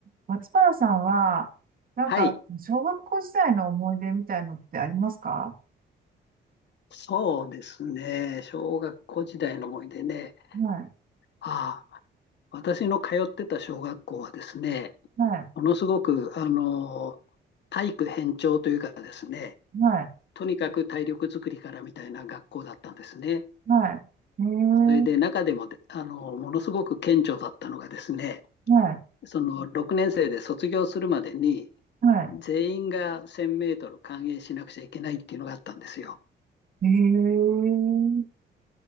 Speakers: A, on the right (about 45°); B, on the left (about 60°).
A: 松原さんは、なんか、
B: はい、
A: 小学校時代の思い出みたいのってありますか
B: そうですね。小学校時代の思い出ね。
A: はい、
B: ああ、私の通ってた小学校はですね、
A: はい、
B: ものすごく、あの、体育偏重というかですね、
A: はい、
B: とにかく体力づくりからみたいな学校だったんですね。
A: はい。えー、
B: それで中でもで、あの、ものすごく顕著だったのがですね、
A: はい、
B: その6年生で卒業するまでに、
A: は
B: 全員が1000メートル完泳しなくちゃいけないっていうのがあったんですよ。
A: い。えー、